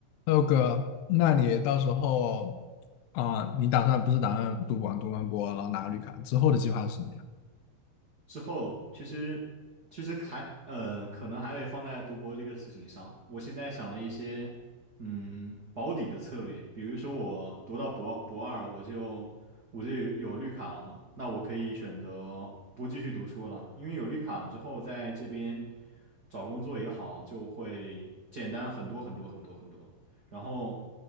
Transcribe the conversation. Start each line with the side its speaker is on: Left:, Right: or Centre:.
Left: 六哥，那你到时候啊、你打算不是打算读完读完博，然后拿个绿卡之后的计划是什么呀？
Right: 之后，其实其实还呃，可能还得放在读博这个事情上。我现在想了一些嗯保底的策略，比如说我读到博博二，我就我就有绿卡了嘛，那我可以选择不继续读书了，因为有绿卡了之后，在这边找工作也好，就会简单很多很多很多很多。然后